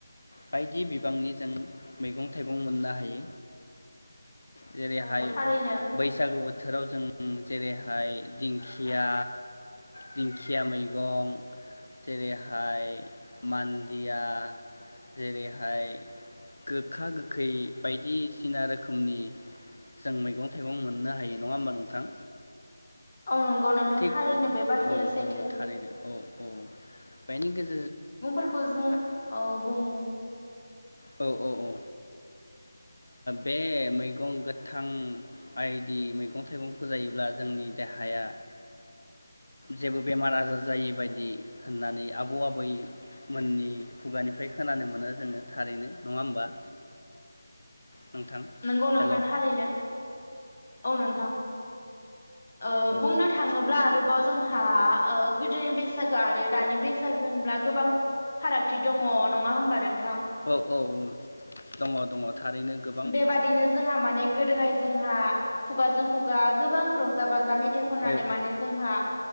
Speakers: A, on the left (about 65°); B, on the left (about 35°).
A: बायदि बिबांनि जों मैगं थाइगं मोननो हायो। जेरैहाय
B: औ न थारैनो औ
A: बैसागु बोथोराव जों जेरै या ओमफाय दिंखिया दिंखिया मैगं जेरैहाय मान्दिया जेरैहाय गोखा गोखै बायदिसिना रोखोमनि जों मैगं थाइगं मोननो हायो नङा होमबा नोंथां
B: औ नंगौ नोंथां
A: थिग
B: थारैनो
A: औ
B: बे बाथ्राया सैथो
A: औ थारैनो औ औ बेनि गेज
B: मैगंफोरखौ जों औ बुं बुं
A: औ औ औ बे मैगं गोथां बायदि मैगं थाइगंखौ जायोब्ला जोंनि देहाया जेबो बेमार आजार जायै बायदि होननानै आबौ आबैमोननि खुगानिफ्राय खोनानो मोनो जोङो थारैनो नङा होमबा नोंथां
B: नंगौ नोंथां
A: हेल' औ
B: थारैनो औ नोंथां ओ
A: औ
B: बुंनो थाङोब्ला आरोबाव जों हा गोदोनि बैसागो आरो दानि बैसागो होनब्ला गोबां फारागथि दङ नङा होमबा नोंथा
A: औ औ औ दङ दङ थारैनो गो
B: बेबादिनो जोंहा माने गोदोहाय जोंहा खुगाजों खुगा गोबां रंजा बाजा जा मेथाइ खननानै
A: औ
B: माने जोंहा